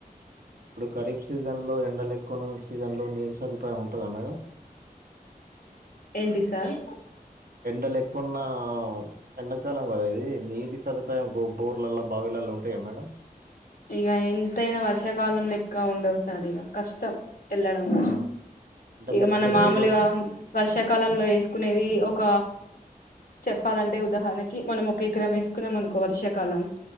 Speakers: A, on the right; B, on the left.
A: ఇప్పుడు క సీజన్లో ఎండలు ఎక్కువ సీజన్లో నీరు సదుపాయం ఉంటుంద మేడం
B: ఏంటి సార్
A: ఎండలు ఎక్కువున్న ఎండాకాలం కదా ఇది నీటి సదుపాయం బోర్లల్లో బావిలలో ఉంట యా మేడం
B: ఇక ఎంతైనా వర్షాకాలం లెక్క ఉండవు సార్ ఇక కష్టం ఎలడము
A: ఆ! అంటే
B: ఇక
A: మీ
B: మనం
A: చెరువులు
B: మామూలుగా వర్షాకాలంలో వేసుకునేది ఒక చెప్పాలంటే ఉదాహరణకి మనం ఒక ఎకరం వేసుకున్నాం అనుకో వర్షాకాలం